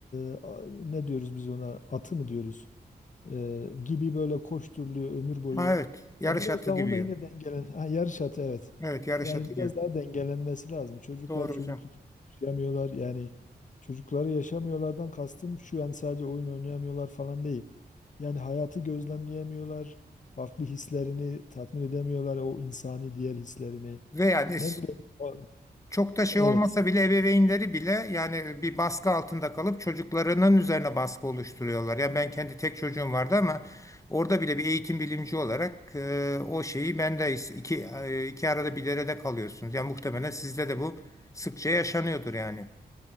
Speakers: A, on the left; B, on the left.
A: e, a- ne diyoruz biz ona atı mı diyoruz? e, gibi böyle koşturuluyor ömür boyu.
B: Ha, evet. Yarış
A: Ya biraz
B: atı
A: daha
B: gibi.
A: onda yine dengelen ha, yarış atı evet.
B: Evet, yarış
A: Yani
B: atı
A: biraz
B: gibi.
A: daha dengelenmesi lazım. Çocuklar
B: Doğru
A: çocukluk
B: hocam.
A: yaşamıyorlar. Yani çocukları yaşamıyorlardan kastım şu yani sadece oyun oynayamıyorlar falan değil. Yani hayatı gözlemleyemiyorlar. Farklı hislerini tatmin edemiyorlar o insani diğer hislerini.
B: Ve yani
A: Ne bileyim. o-
B: Çok da şey
A: Evet.
B: olmasa bile ebeveynleri bile yani bir baskı altında kalıp çocuklarının üzerine baskı oluşturuyorlar. Yani ben kendi tek çocuğum vardı ama orada bile bir eğitim bilimci olarak e, o şeyi ben de his- iki, e, iki arada bir derede kalıyorsunuz. Yani muhtemelen sizde de bu sıkça yaşanıyordur yani.